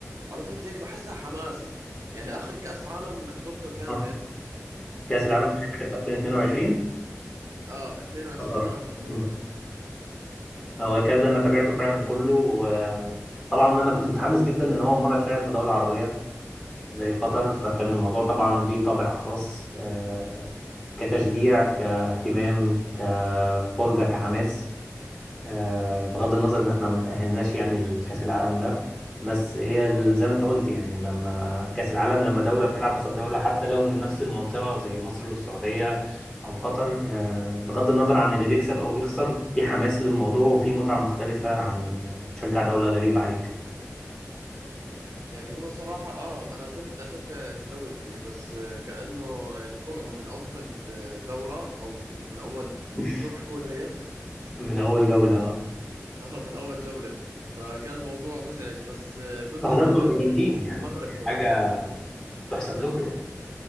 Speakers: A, on the right; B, on the left.
A: عرفت هيك بحسها حماس يعني اخر كأس عالم حضرته كامل
B: آه. كأس العالم
A: و
B: بتاع 2022
A: اه 22
B: قطر
A: اه تقريبا
B: مم. هو الكأس ده انا تابعته فعلا كله وطبعا انا كنت متحمس جدا ان هو مرة اتلعب في دولة عربية زي قطر فكان الموضوع طبعا ليه طابع خاص آه، كتشجيع كاهتمام كفرجة كحماس آه، بغض النظر ان احنا ما تأهلناش يعني لكأس العالم ده بس هي ال- زي ما انت قلت يعني لما كأس العالم لما دولة بتلعب قصاد دولة حتى لو من نفس المنطقة زي مصر والسعودية او قطر آه، بغض النظر عن اللي بيكسب او بيخسر في حماس للموضوع وفي متعة مختلفة عن تشجع دولة غريبة عليك
A: يعني هو صراحة اه انا كنت اشجع دولتي بس آه، كأنه يعني طلعوا من اول آه، دورة او من اول
B: <laughs>
A: شو بحكوا لها هي
B: من اول جولة آه.
A: اه من اول جولة فكان الموضوع مزعج بس آه، كنت
B: وهزمتوا
A: اتابع
B: الارجنتين يعني
A: المغرب كمان
B: حاجة تحسب لكم يعني